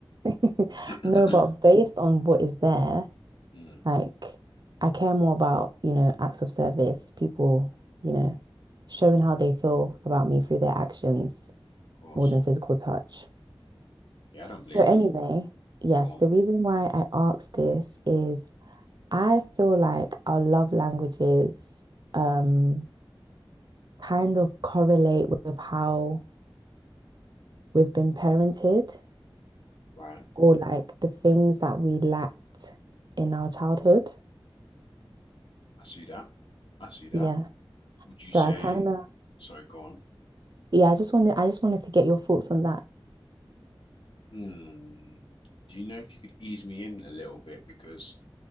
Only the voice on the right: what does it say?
<laughs>
No, but based on what is there,
like I care more about, you know, acts of service, people, you know, showing how they feel about me through their actions
more than physical touch.
So anyway,
yes,
the reason why I asked this is I feel like our love languages um kind of correlate with how we've been parented
or like the things that we lacked in our childhood.
Yeah.
So
I kind of,
yeah, I just wanted, I just wanted to get your thoughts on that.